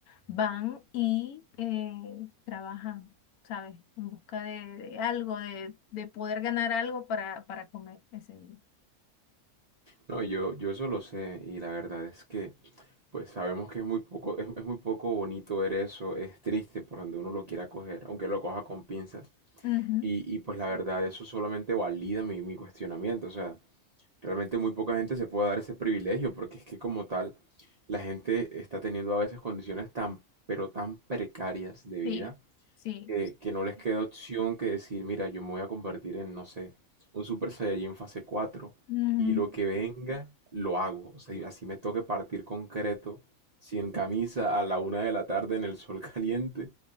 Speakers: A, on the left (about 80°); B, on the right (about 55°).
A: van y eh, trabajan. ¿sabes? En busca de, de algo, de, de poder ganar algo para, para comer ese día.
B: No, yo, yo eso lo sé y la verdad es que, pues sabemos que es muy poco, es, es muy poco bonito ver eso, es triste por donde uno lo quiera coger, aunque lo coja con pinzas.
A: Ujú,
B: Y, y pues la verdad, eso solamente valida mi, mi cuestionamiento. O sea, Realmente muy poca gente se puede dar ese privilegio porque es que como tal la gente está teniendo a veces condiciones tan, pero tan precarias de vida
A: Sí, sí.
B: que, que no les queda opción que decir, mira, yo me voy a convertir en, no sé, un Super Saiyajin fase 4
A: Mm,
B: y lo que venga, lo hago. O sea, y así me toque partir concreto, sin camisa, a la una de la tarde en el sol <laughs> caliente.